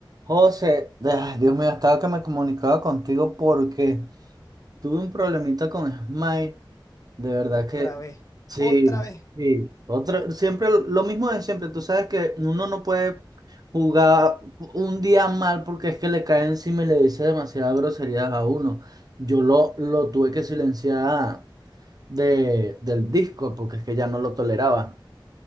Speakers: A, on the right; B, on the left.
A: José, ay, Dios mío, estaba que me comunicaba contigo porque tuve un problemita con Smile. De verdad
B: Otra
A: que
B: vez,
A: sí,
B: otra vez.
A: sí. Otro, siempre lo mismo de siempre. Tú sabes que uno no puede jugar un día mal porque es que le cae encima y le dice demasiadas groserías a uno. Yo lo, lo tuve que silenciar de, del Discord porque es que ya no lo toleraba.